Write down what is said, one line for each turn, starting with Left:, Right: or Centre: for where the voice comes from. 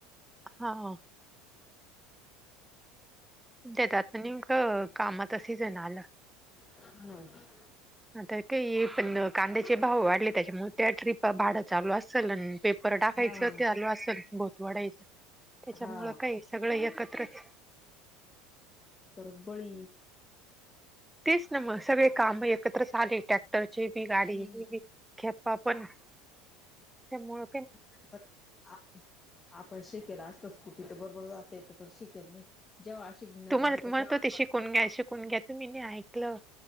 Centre: हा, हा, देतात नेमक कामाचा सीजन आला.
Left: हा <inaudible>
Centre: आता काही पण कांद्याचे भाव वाढले त्याच्यामुळे त्या ट्रीप भाडा चालू असेल आणि पेपर टाकायचं
Left: हा
Centre: ते चालू असेल भोत वाढायचं त्याच्यामुळं
Left: हा
Centre: काय सगळं एकत्रच
Left: परत बळी
Centre: तेच ना मग सगळे काम एकत्र आले टॅक्टरचे बी गाडीचे
Left: हम्म
Centre: बी खेप्पा पण त्यामुळ
Left: आता तर आत <inaudible> आपण शिकेल असत स्कुटी तर बरोबर जे तर पण शिकेल नाही. जेव्हा आशी नड
Centre: तुम्हाला
Left: आली का
Centre: म्हणत
Left: तेव्हा
Centre: होते शिकून
Left: वाटत शिकावं.
Centre: घ्या शिकून घ्या तुम्ही नाही ऐकलं